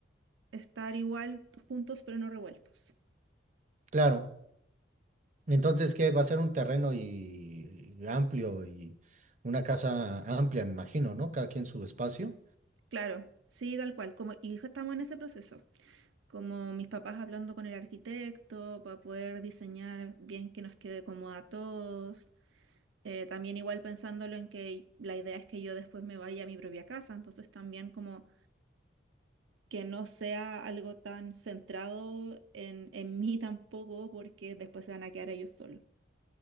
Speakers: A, on the right; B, on the right.
A: estar igual juntos pero no revueltos.
B: Claro. Entonces, ¿qué? Va a ser un terreno y, y amplio y una casa amplia, me imagino, ¿no? Cada quien su espacio.
A: Claro, sí, tal cual. Como, y ya estamos en ese proceso. Como mis papás hablando con el arquitecto para poder diseñar bien que nos quede cómodo a todos. Eh, también igual pensándolo en que la idea es que yo después me vaya a mi propia casa, entonces también como que no sea algo tan centrado en, en <laughs> mí tampoco, porque después se van a quedar ellos solos.